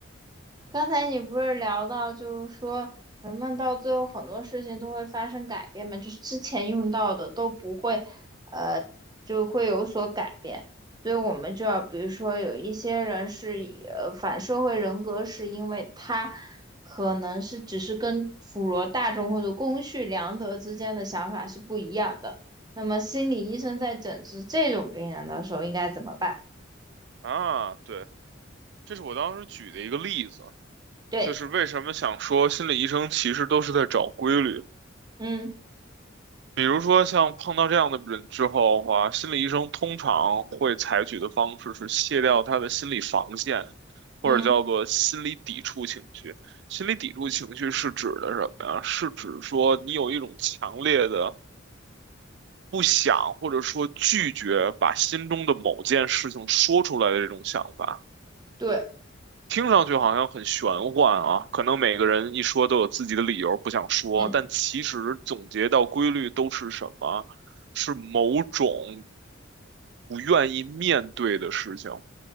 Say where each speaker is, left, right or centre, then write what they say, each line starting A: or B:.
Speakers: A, on the right; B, on the right.
A: 刚才你不是聊到，就是说人们到最后很多事情都会发生改变嘛，就是之前用到的都不会，呃，就会有所改变。所以我们就要，比如说有一些人是以呃反社会人格，是因为他可能是只是跟普罗大众或者公序良德之间的想法是不一样的。那么心理医生在诊治这种病人的时候应该怎么办？
B: <laughs> 啊。对，这是我当时举的一个例子，
A: 对，
B: 就是为什么想说心理医生其实都是在找规律。
A: 嗯
B: 比如说像碰到这样的人之后的话，心理医生通常会采取的方式是卸掉他的心理防线，
A: 嗯，
B: 或者叫做心理抵触情绪。心理抵触情绪是指的什么呀？是指说你有一种强烈的不想或者说拒绝把心中的某件事情说出来的这种想法。
A: 对。
B: 听上去好像很玄幻啊，可能每个人一说都有自己的理由不想说，
A: 嗯。
B: 但其实总结到规律都是什么？是某种不愿意面对的事情。